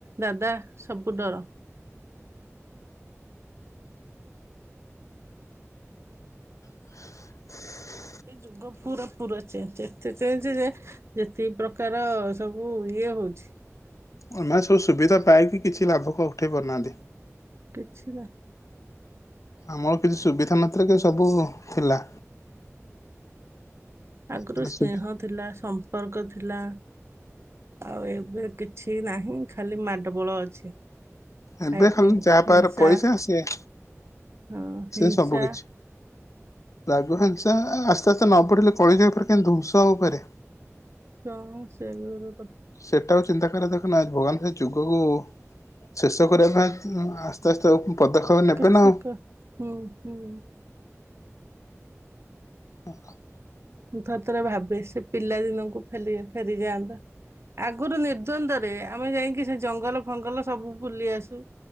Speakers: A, on the right; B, on the left.
A: ଦାଦା ସବୁ ଡର।
B: <unintelligible>
A: ଏ ଯୁଗ ପୁରା ପୁରା ଚେଞ୍ଜ ଏତେ ଚେଞ୍ଜ ଯେ ଯେତିକି ପ୍ରକାର ସବୁ ଇଏ ହଉଛି।
B: ଏମାନେ ସବୁ ସୁବିଧା ପାଇକି କିଛି ଲାଭ କ ଉଠେଇ ପାରୁନାହାନ୍ତି।
A: କିଛି ନା
B: ଆମର କିଛି ସୁବିଧା ନଥିଲା, କିନ୍ତୁ ସବୁ ଥିଲା।
A: ଆଗରୁ
B: ମାନେ
A: ସ୍ନେହ
B: ସୁବି
A: ଥିଲା, ସମ୍ପର୍କ ଥିଲା। ଆଉ ଏବେ କିଛି ନାହିଁ, ଖାଲି ମାଡ଼ଗୋଳ ଅଛି।
B: ଏବେ
A: ଫାଇଟିଂ
B: ଖାଲି ଯାହା ପାଖରେ
A: ହିଂସା
B: ପଇସା ସେଏ,
A: ହଁ ହିଂସା
B: ସେ ସବୁ କିଛି। ରାଗ ହିଂସା ଆସ୍ତେ ଆସ୍ତେ ନ ବଢିଲେ କଳିଯେ ଉପରେ କେନ ଧୂଁସ ଉପରେ।
A: ଚ ହଉ ସେ ବି <unintelligible> କଥା।
B: ସେଇଟା ଆଉ ଚିନ୍ତା କରିଆ ଦେଖ ନା ଆଜ ଭଗବାନ ଖାଲି ଯୁଗକୁ ଶେଷ କରିବା ପାଇଁ ଏଁ ଏ ଆସ୍ତେ ଆସ୍ତେ ପଦକ୍ଷେପ ନେବେ
A: କିଛି
B: ନାଉ
A: କ ହୁଁ, ହୁଁ।
B: ହଁ। <inaudible>
A: ମୁଁ ଥରେ ଥରେ ଭାବେ ସେ ପିଲା ଦିନକୁ ହେଲେ ଫେରିଯାଆନ୍ତା। ଆଗରୁ ନିର୍ଦ୍ନ୍ଦରେ ଆମେ ଯାଇକି ସେ ଜଙ୍ଗଲ ଫଙ୍ଗଲ ସବୁ ବୁଲି ଆସୁ।